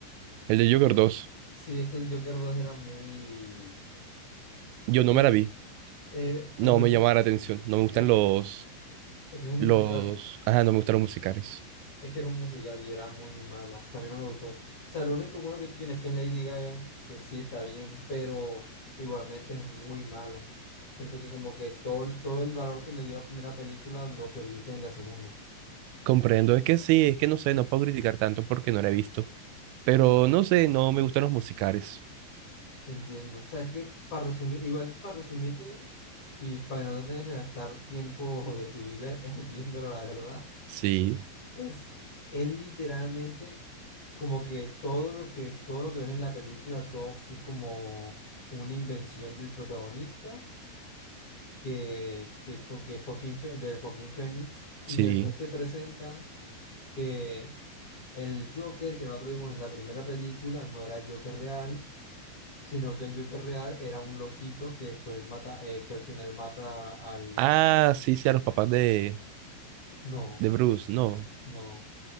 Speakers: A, on the right (about 85°); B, on the left (about 45°).
A: El de Joker dos
B: Sí, es que el Joker 2 era muy...
A: yo no
B: El,
A: me la vi.
B: eh,
A: No
B: en resumen,
A: me llamaba la atención. No me gustan
B: el-
A: los,
B: es que es un
A: los,
B: musical.
A: ajá, no me gustan los musicales.
B: Es que era un musical y era muy mala. O sea, a mí no me gustó. O sea, lo único bueno que tiene es que es Lady Gaga, que sí está bien, pero igualmente es muy mala. Siento que como que todo, el- todo el valor que le dio la primera película lo perdiste en la segunda.
A: Comprendo, es que sí, es que no sé, no puedo criticar tanto porque no la he visto. Pero
B: En-
A: no sé, no me gustan los musicales.
B: entiendo. O sea, es que para resumir, igual para resumírtela y para que no te tengas que gastar tiempo de tu vida <laughs> viéndola, la verdad,
A: Sí,
B: Es, él literalmente, como que todo lo que, todo lo que ves en la película, todo fue como una invención del protagonista, que, que, co- que Joaquín, Fe- del Joaquín Fénix, y
A: sí.
B: después te presentan que el Joker que nosotros vimos en la primera película no era el Joker real, sino que el Joker real era un loquito que después mata, eh, que al final mata al...
A: Ah, sí, sí, a los papás de,
B: No,
A: de Bruce, no.
B: no. O